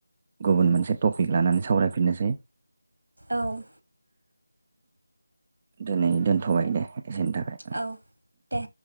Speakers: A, on the right; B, on the right.
A: गुबुन मोनसे टपिक लानानै सावरायफिननोसै।
B: औ।
A: दिनै दोनथ'बाय दे। एसेनि थाखाय
B: औ दे।